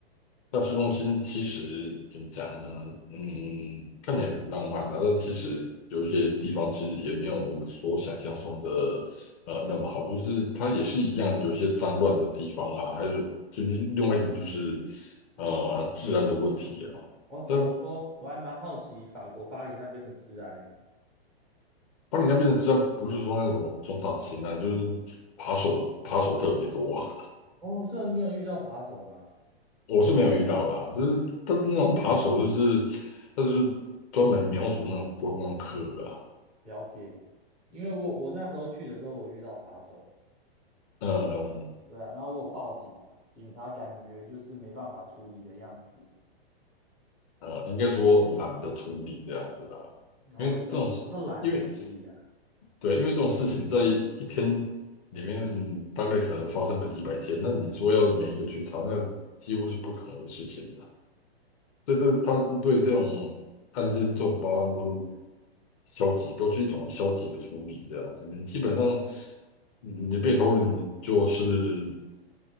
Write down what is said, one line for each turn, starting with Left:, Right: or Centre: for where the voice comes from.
Left: 那市中心其实怎么讲呢？嗯，看起来很浪漫的，但其实有一些地方其实也没有我们所想象中的呃那么好，就是它也是一样有一些脏乱的地方啊，还有就另另外一个就是呃治安的问题啊。
Centre: 哦，怎么说？
Left: 在
Centre: 我还蛮好奇法国巴黎那边的治安呢。
Left: 巴黎那边的治安不是说那种重大型，案，就是扒手扒手特别多啊，
Centre: 哦，所以你有遇到扒手吗？
Left: <laughs> 我是没有遇到啦，就是但是那种扒手就是他就是专门瞄准那种观光客啊。
Centre: 了解，因为我我那时候去的时候，我遇到扒手。
Left: 呃
Centre: 对啊，然后我有报警啊，警察感觉就是没办法处理的样子，
Left: 呃，应该说懒得处理这样子吧，
Centre: 然后有有的懒得处理啊。
Left: 因为这种事，因为对，因为这种事情在一天里面大概可能发生个几百件，那你说要每一个去查，那几乎是不可能的事情的。所以这他们对这种案件、这种报案都消极，都是一种消极的处理这样子。你基本上嗯你被投了，你就是